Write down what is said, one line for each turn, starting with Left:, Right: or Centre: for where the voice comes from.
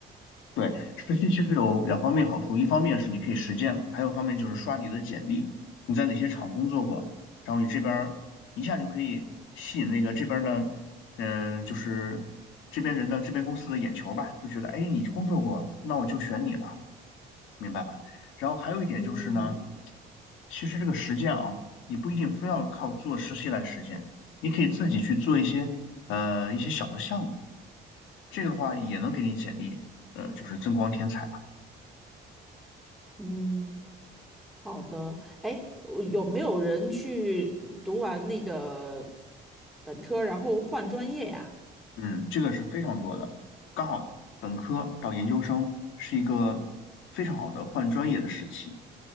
Left: 对，实习其实有两方面好处，一方面是你可以实践嘛，还有一方面就是刷你的简历，你在哪些厂工作过，然后你这边儿一下就可以吸引那个这边儿的，嗯、就是这边人的这边公司的眼球儿吧，就觉得哎你工作过，那我就选你了，明白吧？然后还有一点就是呢，
Centre: 嗯
Left: 其实这个实践啊，你不一定非要靠做实习来实践，你可以自己去做一些呃一些小的项目，这个的话也能给你简历呃就是增光添彩。吧。
Centre: 嗯，好的。哎，我有没有人去读完那个本科，然后换专业呀？
Left: 嗯，这个是非常多的，刚好本科到研究生是一个非常好的换专业的时期。